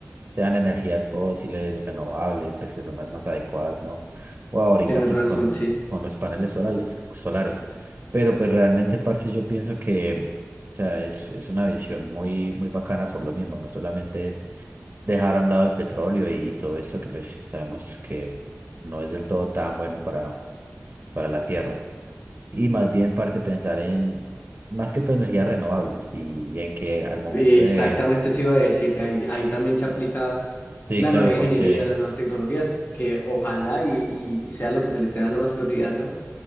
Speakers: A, on the right; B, on the left.
A: sean energías fósiles, renovables, pues que son las más adecuadas, ¿no? O ahorita
B: Tienes
A: pues
B: razón,
A: con
B: sí.
A: con los paneles solares, solares. Pero pues realmente, parce, yo pienso que, o sea, es, es una visión muy, muy bacana por lo mismo, no solamente es dejar a un lado el petróleo y todo eso que pues sabemos que no es del todo tan bueno para, para la tierra. Y más bien, parce, pensar en más que todo energías renovables y, y en que al momento
B: Y Exactamente
A: de...
B: eso iba a decir, que ahí, ahí también se aplica
A: Sí,
B: la
A: claro,
B: nueva ingeniería,
A: porque
B: las nuevas tecnologías, que ojalá y, y- y sea lo que se le esté dando más prioridad, ¿no?